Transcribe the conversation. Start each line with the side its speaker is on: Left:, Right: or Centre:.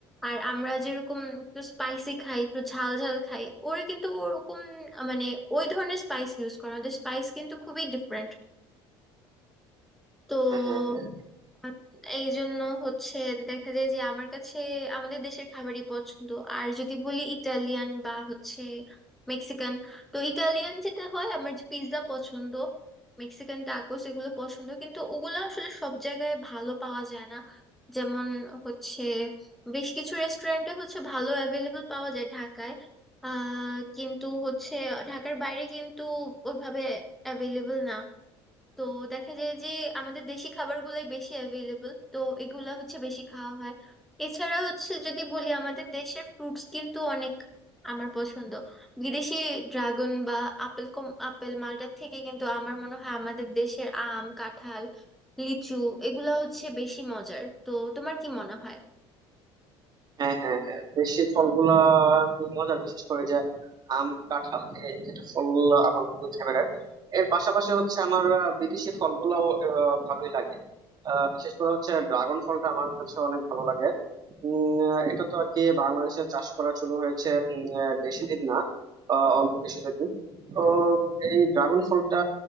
Centre: আর আমরা যেরকম একটু স্পাইসি খাই একটু ঝাল ঝাল খাই ওরা কিন্তু ওরকম আহ, মানে ওই ধরনের স্পাইস ইউজ করে আমাদের স্পাইস কিন্তু খুবই ডিফারেন্ট তো
Right: হ্যাঁ হ্যাঁ
Centre: আর এই জন্য হচ্ছে দেখা যায় যে আমার কাছে আমাদের দেশের খাবারই পছন্দ আর যদি বলি ইটালিয়ান বা হচ্ছে মেক্সিকান তো ইটালিয়ান যেটা হয় আমার পিৎজা পছন্দ মেক্সিকান টাকোস এগুলো পছন্দ কিন্তু ওগুলো আসলে সব জায়গায় ভালো পাওয়া যায় না যেমন হচ্ছে বেশ কিছু রেস্টুরেন্টে হচ্ছে ভালো অ্যাভেলেবল পাওয়া যায় ঢাকায় আহ কিন্তু হচ্ছে ঢাকার বাইরে কিন্তু ওইভাবে অ্যাভেলেবল না তো দেখা যায় যে আমাদের দেশি খাবারগুলাই বেশি অ্যাভেলেবল তো এগুলা হচ্ছে বেশি খাওয়া হয় এছাড়া হচ্ছে যদি বলি আমাদের দেশের ফ্রুটস কিন্তু অনেক আমার পছন্দ বিদেশি ড্রাগন বা আপেল কম আপেল মালটার থেকে কিন্তু আমার মনে হয় আমাদের দেশের আম কাঁঠাল লিচু এগুলা হচ্ছে বেশি মজার তো তোমার কি মনে হয়
Right: হ্যাঁ হ্যাঁ হ্যাঁ দেশি ফলগুলা খুবই মজার বিশেষ করে যে আম কাঁঠাল এই দুটো ফল আমার খুবই ফেভারিট এর পাশাপাশি হচ্ছে আমার আহ, বিদেশি ফলগুলোও আহ, ভালোই লাগে আহ, বিশেষ করে হচ্ছে ড্রাগন ফলটা আমার কাছে অনেক ভালো লাগে উম, আহ, এটা তো আর কি বাংলাদেশে চাষ করা শুরু হয়েছে উম, আহ, বেশি দিন না আহ, অল্প কিছুদিন তো এই ড্রাগন ফলটা